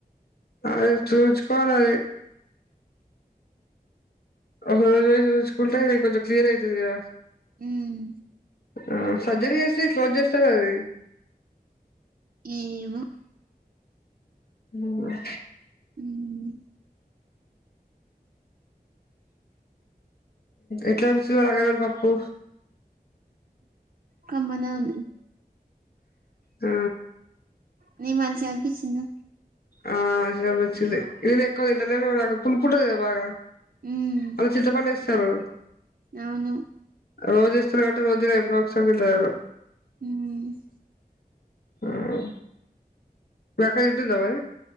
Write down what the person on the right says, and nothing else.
హ్మ్
ఏమో
ఉమ్
కమ్మనే ఉంది
నీ మంచిగా అనిపించిందా
ఉమ్
అవును
హ్మ్